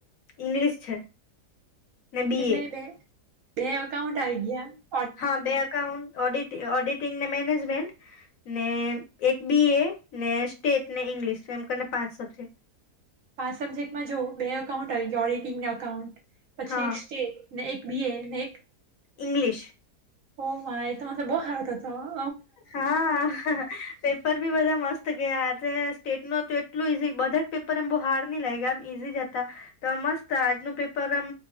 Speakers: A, on the left; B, on the right.
A: ઈંગ્લિશ છે ને બી
B: એટલે
A: એ
B: બે બે અકાઉન્ટ આવી ગીયા
A: હા, બે અકાઉન્ટ ઓડિટી ઓડિટિંગ ને મેનેજમેન્ટ, ને એક બીએ, ને સ્ટેટ, ને ઈંગ્લીશ એમ કરી ને પાંચ સબ્જેક્ટ
B: પાંચ સબ્જેક્ટમાં જોવ બે અકાઉન્ટ આવી ગયો ઓરિટિંગ ને અકાઉન્ટ પછી
A: હા
B: એક સ્ટેટ ને, એક બીએ ને, એક
A: ઇંગ્લીિશ
B: ઓ માય! ત્યારે તો બો હારુ થાત હ
A: હા, હ હ પેપર બી બધા મસ્ત ગયા છે સ્ટેટ નો તો એટલું ઈઝી બધા જ પેપર એમ બહુ હાર્ડની લાયગા એમ ઈઝી જ હતા તો મસ્ત આજનું પેપર અ એમ